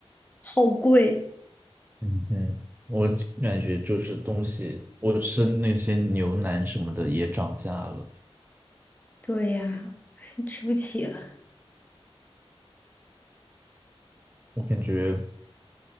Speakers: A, on the left; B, on the right.
A: 好贵，
B: 嗯，嗯，我感觉就是东西，我吃那些牛腩什么的也涨价了。
A: 对呀，<laughs> 吃不起了。
B: 我感觉